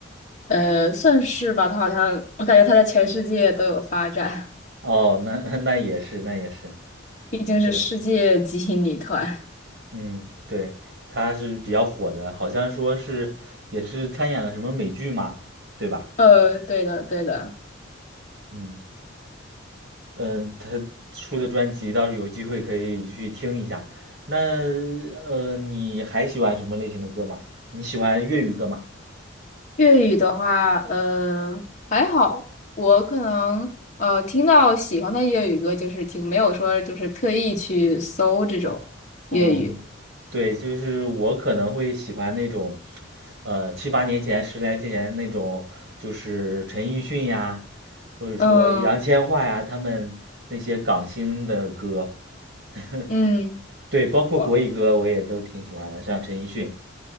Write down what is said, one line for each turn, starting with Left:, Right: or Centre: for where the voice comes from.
Left: 呃，算是吧，她好像我感觉她在全世界都有发展，
Right: 哦，那那那也是，那也是。
Left: 毕竟是世界级女团。
Right: 对。嗯，对，他是比较火的，好像说是也是参演了什么美剧嘛，对吧？
Left: 呃，对的，对的。
Right: 嗯嗯，他出的专辑倒是有机会可以去听一下。那呃，你还喜欢什么类型的歌吗？你喜欢粤语歌吗？
Left: 粤语的话，呃，还好，我可能呃听到喜欢的粤语歌就是听，没有说就是特意去搜这种粤语。
Right: 嗯，对，就是我可能会喜欢那种，呃，七八年前、十来年前那种，就是陈奕迅呀，或者说杨千嬅呀，
Left: 嗯
Right: 他们那些港星的歌。<laughs>
Left: 嗯。
Right: 对，包括国语歌我也都挺喜欢的，
Left: 我。
Right: 像陈奕迅